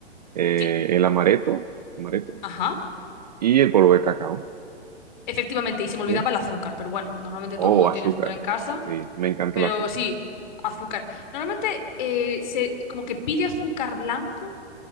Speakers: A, on the right (about 40°); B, on the left (about 40°).
A: eh,
B: Sí,
A: el amaretto, amaretto
B: ajá.
A: y el polvo de cacao.
B: Efectivamente, y se me olvidaba
A: ¿sí?
B: el azúcar, pero bueno, normalmente
A: Oh,
B: todo el mundo
A: azúcar.
B: tiene azúcar en casa,
A: Sí, me encanta
B: pero
A: el azúcar.
B: sí, azúcar. Normalmente eh, se como que pide azúcar blanco,